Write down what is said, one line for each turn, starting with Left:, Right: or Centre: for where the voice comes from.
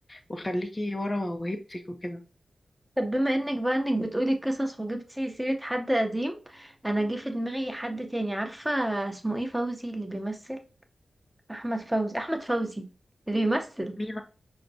Left: وخليكي ورا موهبتك وكده
Centre: طب بما انك بقى انك بتقولي القصص وجبتي سيرة حد قديم انا جه في دماغي حد تاني عارفة اسمه ايه فوزي اللي بيمثل احمد فوزي احمد فوزي اللي بيمثل
Left: مين